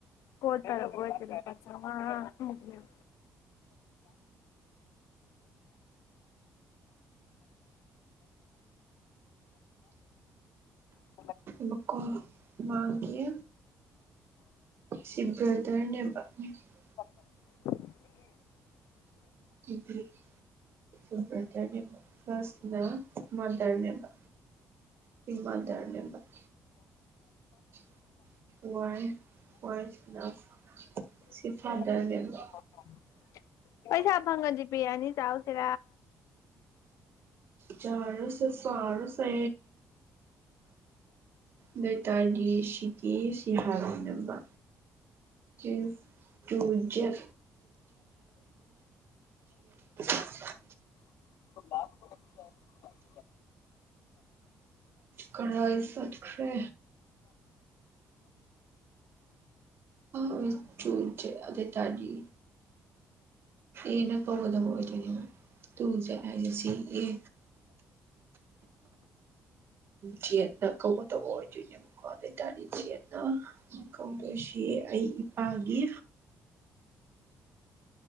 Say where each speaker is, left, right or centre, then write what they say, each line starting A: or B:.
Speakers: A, on the left; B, on the right.
A: ꯀꯣꯜ ꯇꯧꯔꯛꯑꯣꯢ ꯗ꯭ꯔꯥꯗꯤ ꯂꯨꯄꯥ ꯆꯧꯉꯥ ꯃꯨꯛꯅꯦꯕ <inaudible> <unintelligible>
B: ꯃꯀꯣ ꯃꯒꯤ ꯁꯤ ꯕ꯭ꯔꯗꯔꯅꯦꯕ <inaudible>
A: <inaudible>
B: <inaudible> ꯑꯗꯨ ꯕ꯭ꯔꯗꯔ ꯅꯦꯕ ꯐꯥꯔꯁꯅ ꯃꯥꯗꯔ ꯅꯦꯕ ꯁꯤ ꯃꯥꯗꯔ ꯅꯦꯕ <inaudible> <unintelligible>
A: <unintelligible>
B: ꯐꯥꯗꯔꯅꯦꯕ
A: ꯄꯩꯁꯥ ꯐꯪꯉꯗꯤ ꯕꯤꯔꯌꯥꯅꯤ ꯆꯥꯎ <unintelligible>
B: ꯆꯥꯔꯨꯁꯦ ꯆꯥꯔꯨꯁꯦ ꯗꯨꯏꯇꯥꯔꯗꯤ ꯁꯤꯒꯤ ꯁꯤ ꯍꯥꯏꯕꯅꯦꯕ ꯆꯤꯁ <unintelligible>
A: <inaudible>
B: ꯀꯔꯥꯏ ꯆꯠꯈ꯭ꯔꯦ <unintelligible> ꯑꯗꯨꯏ ꯇꯥꯔꯗꯤ ꯑꯦꯅ ꯀꯧꯒꯗꯕ ꯑꯣꯏꯗꯣꯏꯅꯦꯕ ꯇꯨ ꯆ ꯍꯥꯏꯁꯦ ꯁꯤ ꯑꯦ ꯖꯦꯠꯅ ꯀꯧꯕꯒꯗꯧꯕ ꯑꯣꯏꯗꯣꯏꯅꯦꯕꯀꯣ ꯑꯗꯨꯑꯣꯏ ꯇꯥꯔꯗꯤ ꯖꯦꯠꯅ ꯀꯧꯕꯗꯣꯏꯁꯤ ꯑꯩ ꯏꯄꯥꯒꯤ